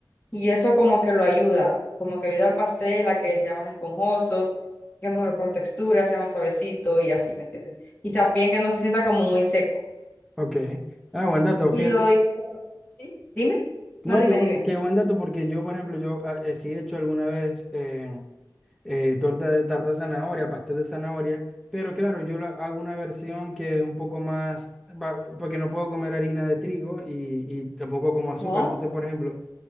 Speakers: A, on the left; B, in the centre.
A: Y eso como que lo ayuda, como que ayuda al pastel a que sea más esponjoso, que es mejor con textura, sea más suavecito y así, ¿me entiendes? Y también que no se sienta como muy seco.
B: Ok. Ah, buen dato,
A: Y
B: fíjate.
A: lo... ¿Sí? Dime.
B: No,
A: No, dime,
B: qué, bu-
A: dime.
B: qué buen dato porque yo, por ejemplo, yo ah, eh, sí he hecho alguna vez. eh, eh, torta de tarta de zanahoria, pastel de zanahoria, pero claro, yo la- hago una versión que es un poco más, va- porque no puedo comer harina de trigo y, y tampoco como azúcar.
A: Ajá,
B: Entonces, por ejemplo,